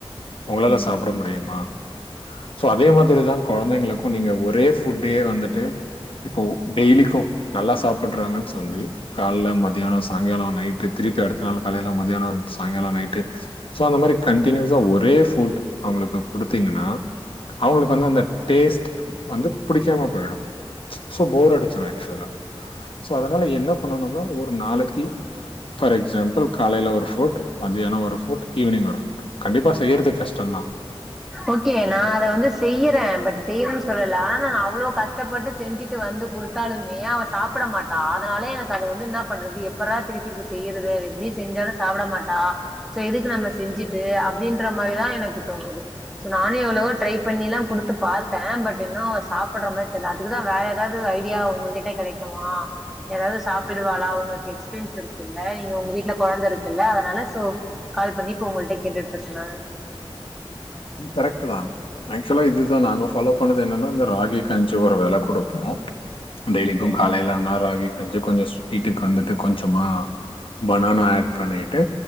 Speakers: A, on the left; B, in the centre.
A: உங்களால
B: ம்.
A: சாப்ட முடியுமா சோ அதே மாதிரிதான் குழந்தைங்களுக்கும் நீங்க ஒரேஃபுட்டயே வந்துட்டு இப்போ டெய்லிக்கு நல்லா சாப்படுறாங்கன்னு சொல்லி கால மத்தியான சாயங்கால நைட்டு திருப்பி அடுத்த நாள் காலைல மத்தியானம் சாயங்காலம் நைட்டு சோ அந்த மாதிரி கண்டினீவஸ்ஸா ஒரே புட் அவங்களுக்கு கொடுத்தீங்கன்னா அவங்களுக்கு வந்து அந்த டேஸ்ட் வந்து புடிக்காம போயிடு சோ போர் அடிச்சுரு ஆக்சுவலா சோ அதனால என்ன பண்ணனும்னா ஒரு நாளைக்கு ஃபார் எக்ஸாம்பிள் காலையில ஒரு ஃபுட் மத்தியானம் ஒரு ஃபுட் ஈவினிங் ஒரு ஃபுட் கண்டிப்பா செய்யறது கஷ்ட தா
B: ஓகே நா அத வந்து செய்யறே பட் செய்றேன்னு சொல்லல ஆனா நான் அவ்ளோ கஷ்டப்பட்டு செஞ்சுட்டு வந்து கொடுத்தாலுமே அவன் சாப்ட மாட்டா அதனாலே எனக்கு அத வந்து என்ன பண்றது எப்பரா திருப்பி செய்யரத எப்டி செஞ்சாலு சாப்ட மாட்டா சோ எதுக்கு நம்ம செஞ்சுட்டு அப்படின்ற மாரிதா எனக்கு தோணுது சோ நானே எவ்ளவோ ட்ரை பண்ணி எல்லா கொடுத்து பாத்தே பட் இன்னு சாப்ட்ற மாரி தெரியல அதுக்குதா வேற எதாவது து ஐடியா உங்க கிட்ட கடைக்குமா எதாவது சாப்பிடுவாளா உங்களுக்கு எக்ஸ்பீரியன்ஸ் இருக்குல்ல நீங்க உங்க வீட்ல குழந்தை இருக்குல்ல அதனால சோ கால் பண்ணி இப்ப உங்ககிட்ட கேட்டுட்டு இருக்க நானு
A: ம் கரெக்ட் தா ஆக்சுவலா இதுதா நாங்க ஃபாலோ பண்ணது என்னன்னா இந்த ராகி கஞ்சி ஒரு வேல கொடுப்போ டெய்லிக்கு
B: ம்.
A: காலைல ஆன ராகி கொஞ்ச ஸ்வீட்டுக்கு வந்துட்டு கொஞ்சமா பனானா ஆ பண்ணிட்டு